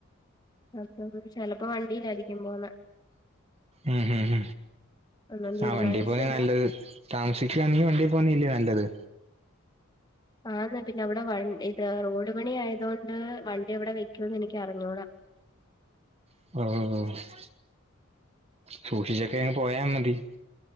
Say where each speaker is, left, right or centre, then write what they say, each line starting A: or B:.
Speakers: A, on the left (about 20°); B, on the right (about 30°).
A: അപ്പം ചിലപ്പോ വണ്ടിയിലയിരിക്കും പോവുന്നെ.
B: ഉം ഹ് ഹ
A: ഒന്നും തീരുമാനിച്ചില്ല
B: ആഹ് വണ്ടി പോവുന്ന നല്ലത്. താമസിക്കുകവാണെങ്കിൽ വണ്ടിൽ പോവുന്നേല്ലിയോ നല്ലത്.
A: ആന്ന് പിന്നെ അവിടെ വ ഇത് റോഡ് പണി ആയത് കൊണ്ട് വണ്ടി അവിടെ വെക്കുംന്ന് എനിക്ക് അറിഞ്ഞുടാ
B: ആമ് സൂക്ഷിച്ചൊക്കെങ്ങ് പോയാ മതി